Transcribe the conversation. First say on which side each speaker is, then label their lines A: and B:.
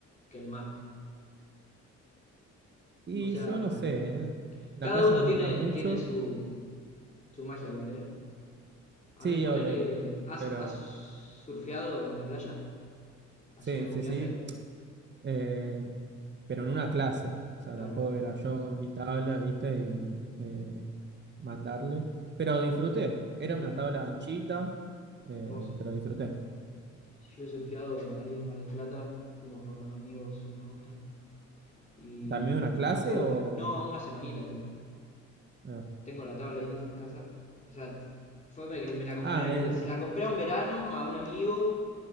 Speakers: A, on the left; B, on the right.
A: que el mar.
B: Y
A: O sea,
B: yo no sé, ¿eh? La
A: cada
B: playa
A: uno
B: me
A: tiene,
B: gusta mucho.
A: tiene su, su magia igual, ¿eh? A
B: Sí,
A: mí ponerle...
B: obvio, obvio.
A: ¿Has,
B: Pero
A: ¿Has surfeado en la playa? ¿Así
B: Sí,
A: en algún
B: sí,
A: viaje?
B: sí. eh, pero en una clase. O sea,
A: Claro,
B: tampoco era yo con mi tabla, ¿viste? Y eh, mandarle. Pero disfruté. Era
A: sí,
B: una tabla anchita, eh,
A: hermoso.
B: pero disfruté.
A: Si yo he surfeado ahí en Mar del Plata, fuimos con unos amigos una vuelta y
B: ¿También una clase
A: tuve...
B: o...?
A: No, una semanita estuve.
B: no?
A: Tengo la tabla ahí en casa. O sea, fue que me la compré,
B: Ah,
A: el-
B: eh,
A: se la compré a un verano a un amigo